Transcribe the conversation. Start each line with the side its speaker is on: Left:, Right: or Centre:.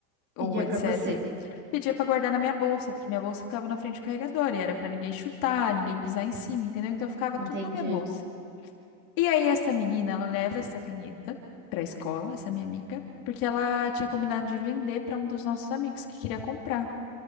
Left: ou
Right: Pedia
Left: etc,
Right: pra você.
Left: pedia pra guardar na minha bolsa, porque minha bolsa ficava na frente do carregador e era pra ninguém chutar, ninguém pisar em cima, entendeu? Então, ficava
Right: Entendi.
Left: tudo na minha bolsa. E aí, essa menina, ela leva essa caneta pra escola, essa minha amiga, porque ela tinha combinado de vender pra um dos nossos amigos que queria comprar.